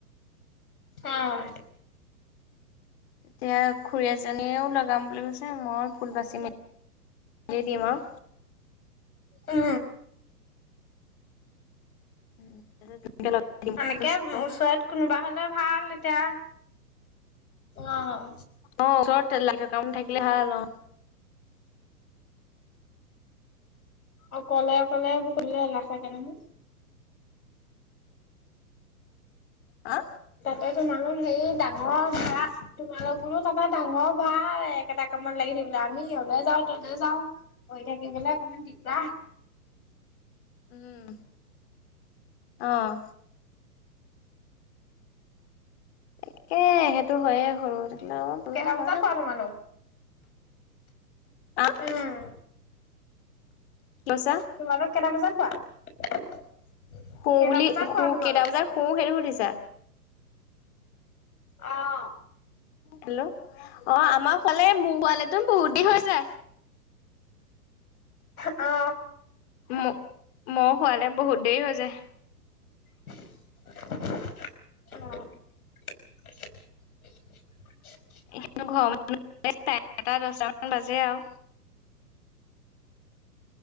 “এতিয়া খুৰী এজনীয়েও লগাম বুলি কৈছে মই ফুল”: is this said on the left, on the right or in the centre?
Left